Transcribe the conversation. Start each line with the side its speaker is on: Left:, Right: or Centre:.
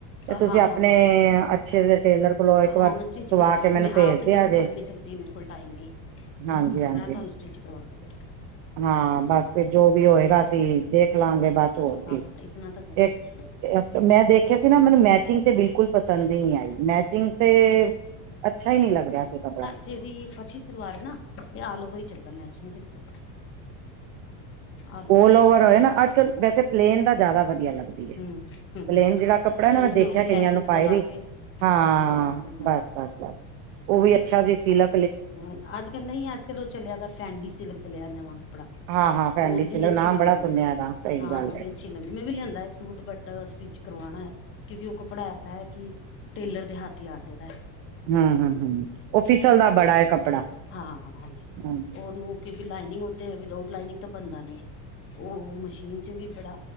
Right: ਤੇ
Left: ਹਾਂ
Right: ਤੁਸੀਂ ਆਪਣੇ
Left: ਹਾਂ ਜ਼ਰੂਰ
Right: ਅੱਛੇ ਜੇ ਟੇਲਰ ਕੋਲੋਂ ਇੱਕ
Left: ਹਾਂ
Right: ਵਾਰ
Left: ਮੈਂ ਸਟਿਚ
Right: ਸਵਾ
Left: ਕਰਾ ਦੇਣੀ,
Right: ਕੇ ਮੈਨੂੰ
Left: ਮੈਂ
Right: ਭੇਜ
Left: ਆਪ ਤੇ
Right: ਦਿਆ
Left: ਦੇਖੋ
Right: ਜੇ।
Left: ਕਰ ਨੀ ਸਕਦੀ ਮੇਰੇ ਕੋਲ ਟਾਈਮ ਨਹੀਂ ਹੈ।
Right: ਹਾਂਜੀ ਹਾਂਜੀ
Left: ਮੈਂ ਤੁਹਾਨੂੰ ਸਟਿਚ ਕਰਵਾ ਕੇ ਦੇਵਾਂਗੀ।
Right: ਹਾਂ ਬਸ ਫੇ ਜੋ ਵੀ ਹੋਏਗਾ, ਅਸੀਂ ਦੇਖ ਲਵਾਂਗੇ ਬਾਦ ਚ ਹੋਰ
Left: ਹਾਂ
Right: ਕੇ,
Left: ਇਤਨਾ ਤਾਂ ਮੈਂ ਕਰ
Right: ਇੱਕ
Left: ਸਕਦੀ ਹਾਂ
Right: ਮੈਂ ਦੇਖਿਆ ਸੀ ਨਾ ਮੈਨੂੰ ਮੈਚਿੰਗ ਤੇ ਬਿਲਕੁਲ ਪਸੰਦ ਹੀ ਨਹੀਂ ਆਈ, ਮੈਚਿੰਗ ਤੇ ਅੱਛਾ ਹੀ ਨਹੀਂ ਲੱਗ ਰਿਹਾ ਸੀ ਕੱਪੜਾ।
Left: ਜਿਹੜੀ ਪਰਸ਼ੀ ਸਲਵਾਰ ਹੈ ਨਾ, ਇਹ ਆਲ ਓਵਰ ਹੀ ਚੱਲਦਾ ਮੈਚਿੰਗ ਚ ਨੀ ਚੱਲਦਾ। ਆਲ
Right: ਓਲ
Left: ਸੂਟ
Right: ਓਵਰ ਹੋਏ
Left: ਚ
Right: ਨਾ, ਅੱਜ ਕੱਲ ਵੈਸੇ ਪਲੇਨ ਦਾ ਜ਼ਿਆਦਾ ਵਧੀਆ ਲੱਗਦਾ।
Left: ਹੂੰ ਹੂੰ
Right: ਪਲੇਨ ਜਿਹੜਾ ਕੱਪੜਾ
Left: ਪਲੇਨ
Right: ਨਾ ਮੈਂ ਦੇਖਿਆ
Left: ਹੋ ਗਏ ਲੈਸਿਸ
Right: ਕਈਆਂ ਨੂੰ ਪਾਏ
Left: ਲਗਾ
Right: ਵੀ,
Left: ਕੇ
Right: ਹਾਂ
Left: ਅੱਛੀ ਲੈਸਿਸ ਲਗਾ
Right: ਬਸ।
Left: ਕੇ
Right: ਬਸ- ਬਸ ਉਹ ਵੀ ਅੱਛਾ ਜੇਹਾ ਸੀਲਾ,
Left: ਹੂੰ ਅੱਜ ਕੱਲ ਨਹੀਂ ਅੱਜ ਕੱਲ ਉਹ ਚਲਿਆ ਤਾਂ ਫੈਂਡੀ ਸਿਲਕ ਚਲਿਆ ਨਵਾਂ ਕੱਪੜਾ।
Right: ਹਾਂ ਹਾਂ ਫੈਂਡੀ
Left: ਉਹਦੀ
Right: ਸਿਲਕ
Left: ਅੱਛੀ
Right: ਨਾਮ
Left: ਲੱਗਦੀ
Right: ਬੜਾ ਸੁਣਿਆ
Left: ਹੈ,
Right: ਇਹਦਾ ਸਹੀ
Left: ਹਾਂ
Right: ਗੱਲ
Left: ਉਹਦੀ
Right: ਹੈ
Left: ਅੱਛੀ। ਅੱਛੀ ਲੱਗਦੀ, ਮੈਂ ਵੀ ਲਿਆਂਦਾ ਇੱਕ ਸੂਟ ਬਟ ਸਟਿਚ ਕਰਵਾਉਣਾ ਹੈ ਕਿਉਂਕਿ ਉਹ ਕੱਪੜਾ ਐਸਾ ਹੈ ਕਿ ਟੇਲਰ ਦੇ ਹੱਥ ਹੀ ਆ ਸਕਦਾ ਹੈ।
Right: ਹੂੰ-ਹੂੰ, ਹੂੰ ਉਹ ਫਿਸਲ ਦਾ ਬੜਾ ਹੈ ਕੱਪੜਾ।
Left: ਹਾਂ- ਹਾਂ ਹਾਂਜੀ
Right: ਹਮ
Left: ਉਹਨੂੰ ਕਿਉਂਕਿ ਲਾਈਨਿੰਗ ਓਦੇ ਵਿਦੋਟ ਲਾਈਨਿੰਗ ਤਾਂ ਬਣਦਾ ਨੀ ਹੈ। ਉਹ ਹੋਣ ਮਸ਼ੀਨ ਚ ਵੀ ਬੜਾ